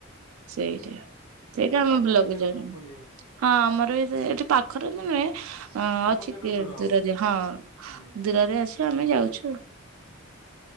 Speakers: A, on the right (about 80°); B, on the left (about 80°).
A: ସେଇଟା ସେଇଟା ଆମ
B: ପାଖେରେ
A: ବ୍ଲକ
B: ସେଇଟା
A: ଯାଉନି
B: ସବୁ ମୁଁ ବୁଲିଯାଇଛି।
A: ହଁ ଆମର ଏ ଏଠି ପାଖରେ ବି ନୁହେଁ ଅ
B: ତମର
A: ଅଛି
B: ସେଇଠୁ ଦୂର ହବ
A: ଦୂରରେ ହଁ।
B: ହୁଁ
A: ଦୂରରେ ଅଛ ଆମେ ଯାଉଛୁ।